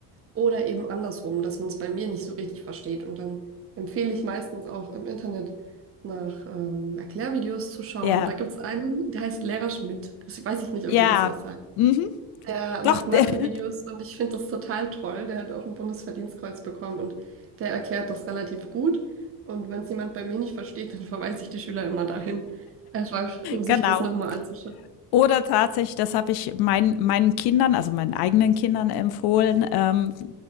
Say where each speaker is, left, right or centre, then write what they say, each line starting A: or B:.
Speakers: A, on the right; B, on the left.
A: Oder eben andersrum, dass man es bei mir nicht so richtig versteht. Und dann empfehle ich meistens auch im Internet nach ähm, Erklärvideos zu schauen.
B: Ja,
A: Da gibt es einen, der heißt Lehrer Schmidt. Das weiß ich nicht,
B: ja,
A: ob dir das was sagt.
B: mhm.
A: Der
B: doch,
A: macht Mathe-Videos
B: <laughs>
A: und ich finde das total toll. Der hat auch ein Bundesverdienstkreuz bekommen und der erklärt das relativ gut. Und wenn es jemand bei mir nicht versteht, dann <laughs> verweise ich die Schüler immer dahin. Einfach, um sich
B: genau.
A: das nochmal anzuschauen.
B: Oder tatsächlich, das habe ich mein, meinen Kindern, also meinen eigenen Kindern empfohlen, ähm,